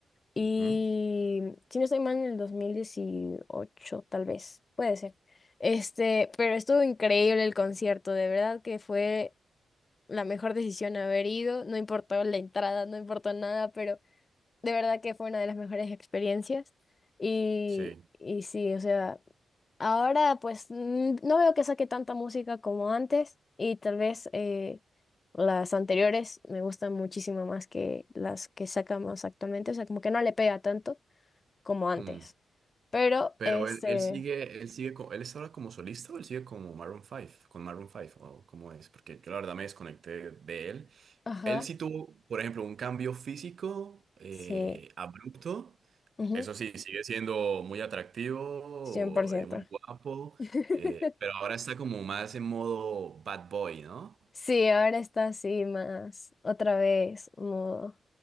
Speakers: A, on the left (about 30°); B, on the right (about 55°).
A: y
B: Ujú.
A: si no estoy mal en el 2018 tal vez, puede ser. Este, pero estuvo increíble el concierto, de verdad que fue la mejor decisión haber ido, no importó la entrada, no importó nada, de verdad que fue una de las mejores experiencias. Y,
B: Sí.
A: y sí, o sea, ahora pues mm, no veo que saque tanta música como antes y tal vez eh, las anteriores me gustan muchísimo más que las que sacamos actualmente, o sea, como que no le pega tanto como antes.
B: Mm.
A: Pero,
B: Pero
A: este,
B: él, él sigue, él sigue, co- él está ahora como solista o él sigue como Maroon 5, con Maroon 5, o cómo es, porque yo la verdad me desconecté de él.
A: ajá,
B: Él sí tuvo, por ejemplo, un cambio físico eh,
A: sí,
B: abrupto.
A: ujú,
B: Eso sí, sigue siendo muy atractivo,
A: cien por ciento
B: eh, muy guapo,
A: <laughs>
B: eh, pero ahora está como más en modo bad boy, ¿no?
A: Sí, ahora está así más, otra vez, modo,